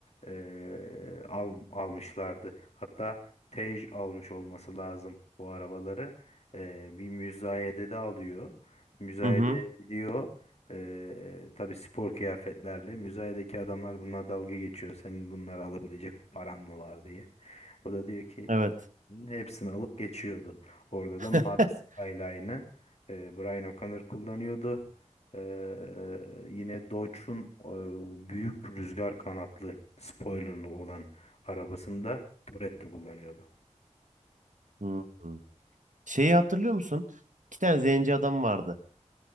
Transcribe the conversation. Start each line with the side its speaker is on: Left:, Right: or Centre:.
Left: eee, al, almışlardı. Hatta Tej almış olması lazım bu arabaları. Eee, bir müzayede de alıyor. Müzayede
Right: Hı hı.
Left: gidiyor. Ee, tabii spor kıyafetlerle. Müzayedeki adamlar bunlar dalga geçiyor. Senin bunları alabilecek paran mı var diye. O da diyor ki
Right: Evet.
Left: hepsini alıp geçiyordu. Orada da
Right: <laughs>
Left: mavi skyline'ı e, Brian O'Connor kullanıyordu. Ee, yine Dodge'un e, büyük rüzgar kanatlı spoilerlı olan arabasında Toretto kullanıyordu.
Right: Hı hı. Şeyi hatırlıyor musun? İki tane zenci adam vardı.